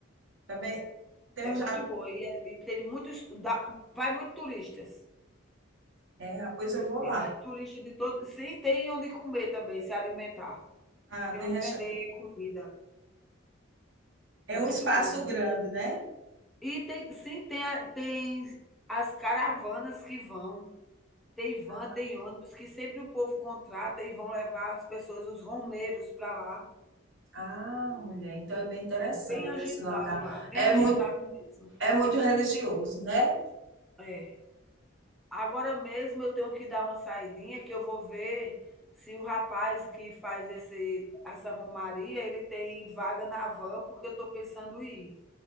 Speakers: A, on the right; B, in the centre.
A: Também tem um
B: É
A: já.
B: muito boa e, é- e tem muitos, dá- vai muito turistas.
A: É, ah, pois eu
B: E,
A: vou lá.
B: e vai turista de todo, sim, tem onde comer também, se alimentar.
A: Ah,
B: Tem
A: tem
B: onde
A: recha...
B: vender comida.
A: É
B: É muito
A: um espaço
B: boa lá.
A: grande, né?
B: E tem, sim, tem, a- tem as caravanas que vão. Tem van,
A: Ah,
B: tem ônibus que sempre o povo contrata e vão levar as pessoas, os romeiros para lá.
A: ah, mulher, então é bem interessante
B: É bem agitado
A: esse local.
B: lá, bem
A: É
B: agitado
A: muito,
B: mesmo.
A: é muito religioso, né?
B: É. Agora mesmo eu tenho que dar uma saidinha que eu vou ver se o rapaz que faz esse, essa romaria, ele tem vaga na van, porque eu estou pensando em ir.